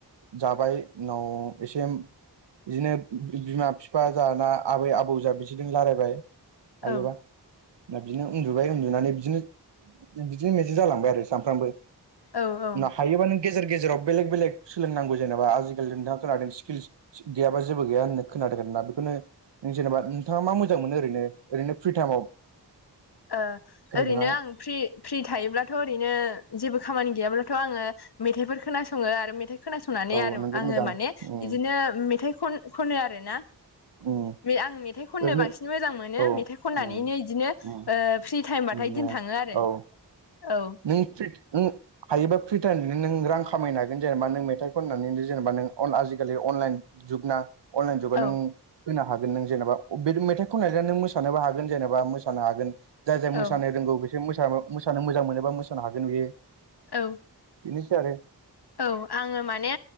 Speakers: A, on the right; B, on the left.
A: जाबाय उनाव एसे बिदिनो बिमा बिफा जाना आबै आबौ जा बिसोरजों रायलायबाय हायोबा।
B: औ
A: दा बिदिनो उन्दुबाय उन्दुनानै बिदिनो बिदिनो मेेजि जालांबाय आरो सामफ्रामबो।
B: औ औ
A: हायोबा नों गेजेर गेजेराव बेलेग बेलेग सोलोंनांगौ जेनेबा आजिखालि नोंथाङा खोनादों स्किल्स गैयाबा जेबो गैया होननो खोनादों ना बेखौनो नों जेनेबा नोंथाङा मा मोजां मोनो ओरैनो ओरैनो फ्रि टाइमाव?
B: ओ
A: खोनादोंना
B: ओरैनो आं फ्रि फ्रि थायोब्लाथ' ओरैनो जेबो खामानि गैयाब्लाथ' आङो मेथाइफोर खोनासङो आरो मेथाइ खोनासंनानै
A: औ
B: आरो
A: नोंगौ
B: आङो
A: मोजां
B: माने
A: उम
B: बिदिनो मेथाइ खन खनो आरो ना
A: उम
B: बे आं मेथाइ खननो
A: ओरैनो
B: बांसिन मोजां मोनो
A: औ
B: मेथाइ खननानैनो
A: उम
B: बिदिनो
A: उम
B: ओ फ्रि टाइमबाथाय
A: उम दे
B: दिन थाङो आरो
A: औ
B: औ।
A: नों फ्रित नों हायोबा फ्रि टाइमजोंनो नों रां खामायनो हागोन। जेनेबा नों मेथाइ खननानै जेनेबा नों आजिखालि अनलाइन जुगना अनलाइन जुगाव
B: औ
A: नों होनो हागोन नों जेनेबा। बे मेथाइ खननानै नों मोसानोबो हागोन जेनेबा मोसानो हागोन। जाय जाय
B: औ
A: मोसानो रोंगौ बिसोर मोसानो मोजां मोनोबा मोसानो हागोन बेयो।
B: औ
A: बिदिनोसै आरो।
B: औ आङो माने